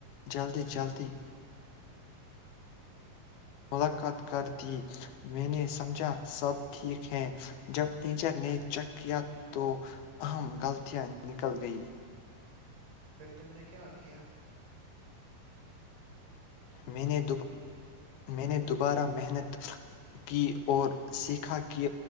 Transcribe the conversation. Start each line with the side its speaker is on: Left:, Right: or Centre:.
Left: جلدی جلدی ملاقات کر دی میں نے سمجھا سب ٹھیک ہیں جب ٹیچر نے چیک کیا تو اہم غلطیاں نکل گئیں
Right: پھر تم نے کیا کیا
Left: میں نےہ میں نے دوبارہ محنت کی اور سیکھا کہ